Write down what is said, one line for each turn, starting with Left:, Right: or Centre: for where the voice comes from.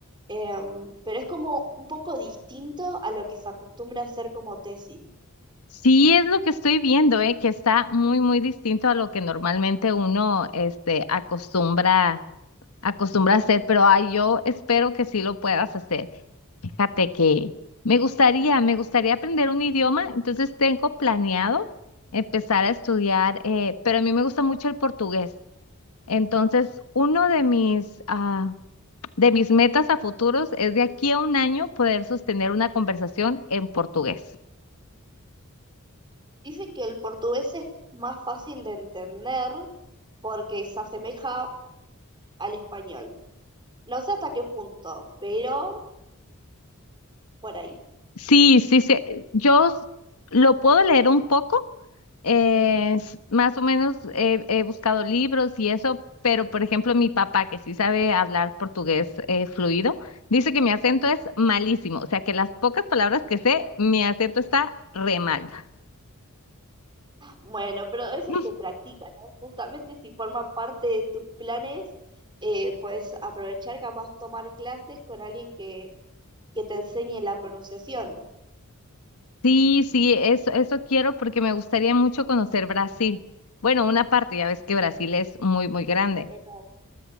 Right: Em, pero es como un poco distinto a lo que se acostumbra a hacer como tesis.
Left: Sí, es lo que estoy viendo, eh, que está muy, muy distinto a lo que normalmente uno, este, acostumbra, acostumbra a hacer, pero ay, yo espero que sí lo puedas hacer. Fíjate que me gustaría, me gustaría aprender un idioma, entonces tengo planeado empezar a estudiar, eh, pero a mí me gusta mucho el portugués. Entonces, uno de mis, ah, de mis metas a futuros es de aquí a un año poder sostener una conversación en portugués.
Right: Dicen que el portugués es más fácil de entender porque se asemeja al español. No sé hasta qué punto, pero por ahí.
Left: Sí, sí, sí. Yo s- lo puedo leer un poco, eh, s- más o menos he, he buscado libros y eso, pero por ejemplo mi papá, que sí sabe hablar portugués eh, fluido, dice que mi acento es malísimo, o sea que las pocas palabras que sé, mi acento está re mal.
Right: Bueno, pero eso
Left: <sniffs>
Right: se practica, ¿no? Justamente si forma parte de tus planes, eh, puedes aprovechar, capaz tomar clases con alguien que, que te enseñe la pronunciación.
Left: Sí, sí, eso, eso quiero porque me gustaría mucho conocer Brasil. Bueno, una parte, ya ves que Brasil es muy, muy grande.
Right: Eh, no,